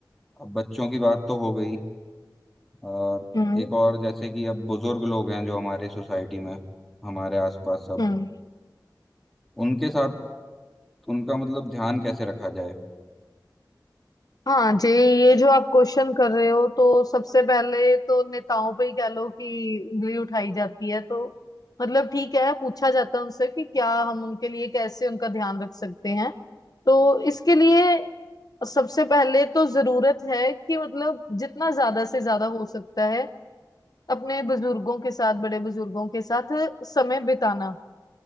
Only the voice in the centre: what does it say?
अब बच्चों की बात तो हो गई और
एक और जैसे कि अब बुजुर्ग लोग हैं जो हमारे सोसाइटी में हमारे आसपास सब
उनके साथ उनका मतलब ध्यान कैसे रखा जाए